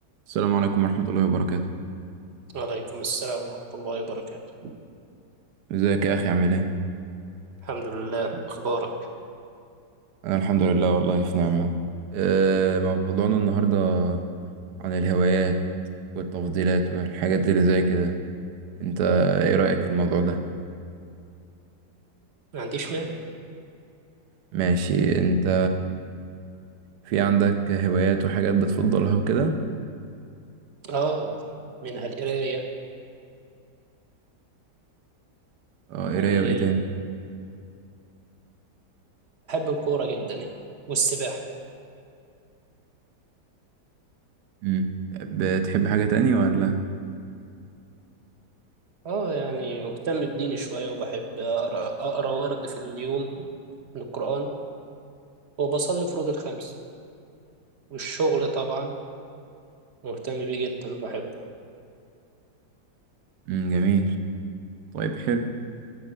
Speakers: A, on the right; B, on the right.
A: السلام عليكم ورحمة الله وبركاته
B: وعليكم السلام ورحمة الله وبركاته
A: ازيك يا أخي عامل ايه؟
B: الحمد لله أخبارك
A: أنا الحمد لله والله في نعمة أه موضوعنا النهاردة عن الهوايات والتفضيلات والحاجات اللي زي كده انت ايه رأيك في الموضوع ده؟
B: ما عنديش مانع
A: ماشي انت في عندك هوايات وحاجات بتفضلها وكده؟
B: آه منها القراية
A: اه
B: وبحب
A: قراية وايه تاني؟
B: الكورة جدا يعني والسباحة
A: مم. بتحب حاجة تاني ولا؟
B: آه يعني مهتم بديني شوية وبحب أقرأ أقرأ ورد في اليوم من القرآن وبصلي فروض الخمس والشغل طبعا مهتم بيه جدا وبحبه
A: مم جميل طيب حلو